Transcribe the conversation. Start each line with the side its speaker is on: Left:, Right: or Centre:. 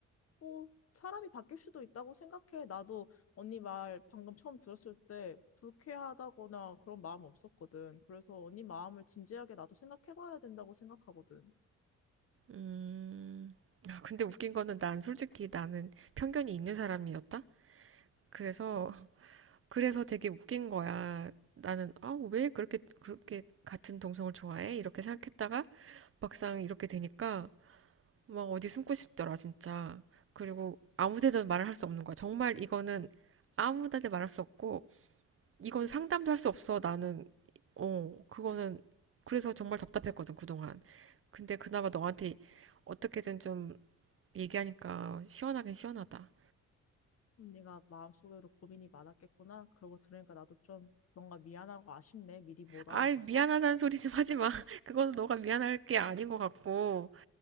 Left: 뭐 사람이 바뀔 수도 있다고 생각해. 나도 언니 말 방금 처음 들었을 때 불쾌하다거나 그런 마음 없었거든. 그래서 언니 마음을 진지하게 나도 생각해봐야 된다고 생각하거든.
Right: 음, <laughs> 아, 근데 웃긴 거는 난 솔직히 나는 편견이 있는 사람이었다? 그래서 그래서 되게 웃긴 거야. 나는 아, 왜 그렇게 그렇게 같은 동성을 좋아해? 이렇게 생각했다가 막상 이렇게 되니까 막 어디 숨고 싶더라, 진짜. 그리고 아무 데도 말을 할 수 없는 거야. 정말 이거는 아무 데도 말할 수 없고 이건 상담도 할 수 없어. 나는 어, 그거는 그래서 정말 답답했거든, 그동안. 근데 그나마 너한테 어떻게든 좀 얘기하니까 시원하긴 시원하다.
Left: 언니가 마음속으로 고민이 많았겠구나. 그러고 들으니까 나도 좀 뭔가 미안하고 아쉽네. 미리 못
Right: 아이,
Left: 알아줘서.
Right: 미안하다는 소리 좀 하지 마. <laughs> 그거는 너가 미안할 게 아닌 것 같고.